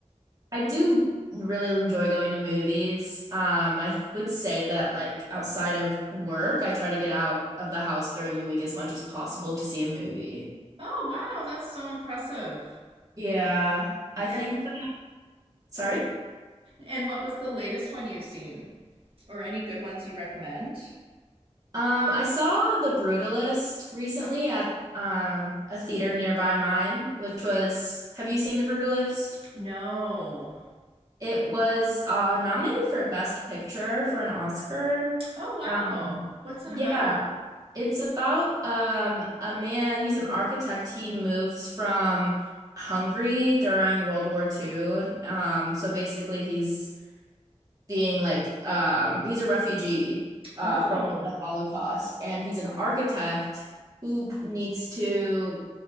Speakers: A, on the right (about 30°); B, on the right (about 50°).
A: I do really enjoy going to movies. Um, I would say that like outside of work, I try to get out of the house during the week as much as possible to see a movie.
B: Oh, wow, that's so impressive.
A: Yeah. I
B: And
A: think that, sorry?
B: and what was the latest one you've seen? Or any good ones you recommend?
A: Um, I saw The Brutalist recently at um a theater nearby mine, which was, have you seen The Brutalist?
B: No.
A: It was uh nominated for Best Picture for an Oscar.
B: Oh, wow.
A: Um,
B: What's it
A: yeah,
B: about?
A: it's about um a man, he's an architect. He moves from Hungary during World War II. Um, so basically he's being like um he's a refugee uh
B: Oh.
A: from the Holocaust and he's an architect who needs to